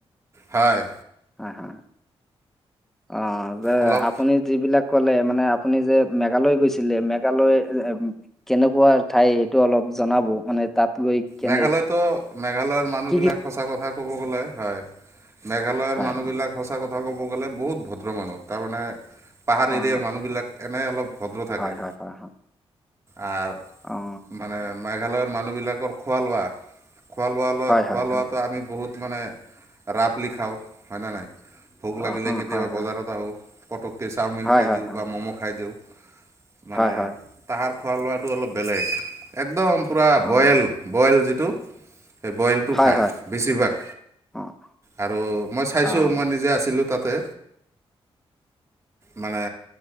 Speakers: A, on the right; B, in the centre.
A: হয়
B: আহা। অ', যে
A: অলপ
B: আপুনি যিবিলাক ক'লে মানে আপুনি যে মেঘালয় গৈছিলে, মেঘালয় কেনেকুৱা ঠাই সেইটো অলপ জনাব মানে তাত গৈ কেনে
A: মেঘালয়তো মেঘালয়ৰ মানুহবিলাক
B: কি কি
A: সঁচা কথা ক'ব গ'লে হয়। মেঘালয়ৰ
B: হয়
A: মানুহবিলাক
B: অ',
A: সঁচা কথা ক'ব গ'লে বহুত ভদ্ৰ মানুহ, তাৰমানে পাহাৰ
B: অ',
A: এৰিয়াৰ মানুহবিলাক এনেই অলপ ভদ্ৰ থাকে।
B: হয়, হয়, হয়, হয়,
A: আৰু
B: অ',
A: মানে মেঘালয়ৰ মানুহবিলাকৰ খোৱা লোৱা। খোৱা লোৱা, লোৱা
B: হয়,
A: খোৱা
B: হয়,
A: লোৱাটো
B: হয়,
A: আমি বহুত মানে ৰাফলি খাওঁ হয় নে নাই। ভোক লাগিলে
B: অ', অ',
A: কেতিয়াবা
B: হয়, হয়,
A: বজাৰত আহো পটককে চাওমিন
B: হয়,
A: খাই
B: হয়,
A: দিওঁ
B: হয়,
A: বা ম'ম' খাই দিওঁ। মানে
B: হয়, হয়,
A: তাহাৰ খোৱা লোৱাটো অলপ বেলেগ, একদম পুৰা
B: অ',
A: বইল। বইল যিটো সেই বইলটো
B: হয়,
A: খাই,
B: হয়,
A: বেছিভাগ
B: অ',
A: আৰু মই চাইছোঁ
B: অ',
A: মই নিজে আছিলোঁ তাত। তে মানে